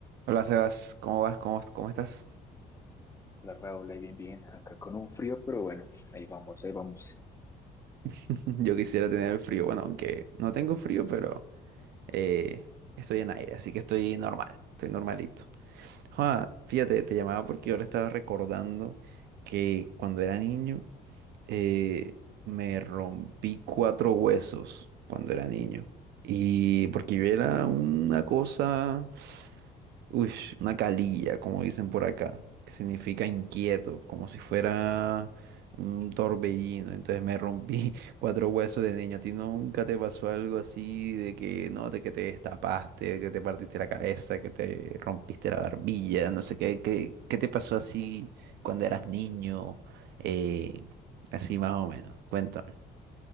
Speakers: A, on the right; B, on the left.
A: Hola Sebas, ¿cómo vas? ¿Cómo, cómo estás?
B: La Raúl, ahí bien, bien, acá con un frío, pero bueno, ahí vamos, ahí vamos.
A: <laughs> Yo quisiera tener el frío, bueno, aunque no tengo frío, pero eh, estoy en aire, así que estoy normal, estoy normalito. Ah, fíjate, te llamaba porque ahora estaba recordando que cuando era niño eh, me rompí cuatro huesos cuando era niño. Y porque yo era una cosa Uy, una calilla, como dicen por acá, que significa inquieto, como si fuera un torbellino. Entonces me rompí <laughs> cuatro huesos de niño. ¿A ti nunca te pasó algo así de que no, de que te destapaste, que te partiste la cabeza, que te rompiste la barbilla, no sé qué, qué, qué te pasó así cuando eras niño? Eh, así más o menos. Cuéntame.